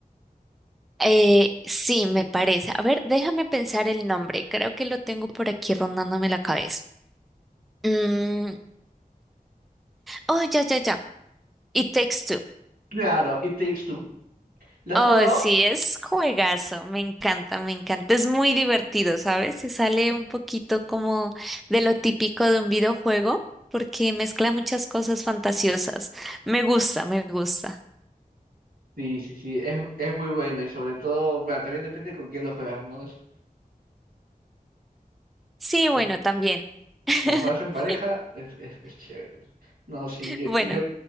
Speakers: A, in the centre; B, on the right.
A: Eh, sí, me parece. A ver, déjame pensar el nombre. Creo que lo tengo por aquí rondándome la cabeza. Mm, oh, ya, ya, ya. It Takes Two.
B: Claro, It Takes Two. ¿La has
A: Oh,
B: jugado?
A: sí, es juegazo. Me encanta, me encanta. Es muy divertido, ¿sabes? Se sale un poquito como de lo típico de un videojuego porque mezcla muchas cosas fantasiosas. Me gusta, me gusta.
B: Sí, sí, sí, es, es muy bueno y sobre todo, bueno, también depende con quién lo juegas, ¿no? Es,
A: Sí,
B: como,
A: bueno, también. <laughs>
B: como juegas en pareja, es, es, es chévere. No, sí, yo,
A: Bueno,
B: yo,